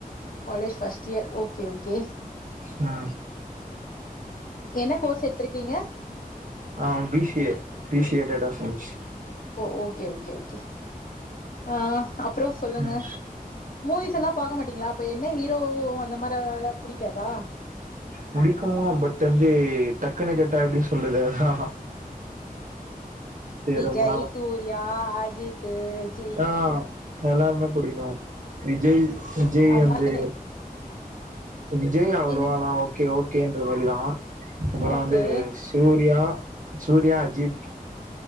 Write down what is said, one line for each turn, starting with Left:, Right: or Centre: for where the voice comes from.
Left: college first year okay okay
Right: நா
Left: என்ன கோர்ஸ் எத்திருக்கீங்க
Right: ஆ பிசியே பிசியே டேட்டா சயின்ஸ்
Left: ஓ ஓகே ஓகே ஆஹ் அப்புறம் சொல்லுங்க
Right: ம்
Left: மூவிஸ் எல்லாம் பார்கக்க மாட்டீங்களா அப்ப என்ன ஹீரோ அந்த மாதிரி ம் அதெல்லாம் புடிக்காதா
Right: புடிக்கு பட் வந்து டக்குனு கேட்டா எப்படின்னு சொல்றது அதான்
Left: விஜய்
Right: ரொம்ப
Left: சூர்யா அஜித் அப்படி
Right: ஆஹ் எல்லா புடிக்கும் விஜய் விஜய்
Left: அந்த
Right: வந்து
Left: மாதிரி
Right: விஜய் அவ்வளவாலாம்
Left: என்ன
Right: ஓகே ஓ கே என்ற மாரிதான் அப்புறம்
Left: ஓகே
Right: வந்து சூர்யா சூர்யா அஜித்